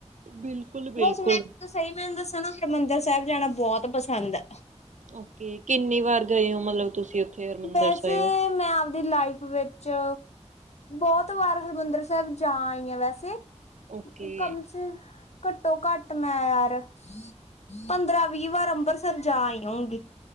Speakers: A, on the right; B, on the left.
A: ਬਿਲਕੁਲ- ਬਿਲਕੁਲ।
B: ਬਸ ਮੈਂ ਸਹੀ ਮੈਨੂੰ ਦੱਸਾਂ ਨਾ ਹਰਿਮੰਦਰ ਸਾਹਿਬ ਜਾਣਾ ਬਹੁਤ ਪਸੰਦ ਹੈ।
A: ਓਕੇ, ਕਿੰਨੀ ਵਾਰ ਗਏ ਹੋ ਮਤਲਬ ਤੁਸੀਂ ਉੱਥੇ। ਹਰਿਮੰਦਰ
B: ਵੈਸੇ,
A: ਸਾਹਿਬ
B: ਮੈਂ ਦੀ ਲਾਈਫ ਵਿੱਚ, ਬਹੁਤ ਵਾਰ ਹਰਿਮੰਦਰ ਸਾਹਿਬ ਜਾ ਆਈ ਆ ਵੈਸੇ।
A: ਓਕੇ
B: ਕਮ ਸ, ਘੱਟੋ- ਘੱਟ ਮੈਂ ਯਾਰ ਪੰਦਰਾਂ- ਵੀਹ ਵਾਰ ਅੰਬਰਸਰ ਜਾ ਹੀ ਆਊਗੇ।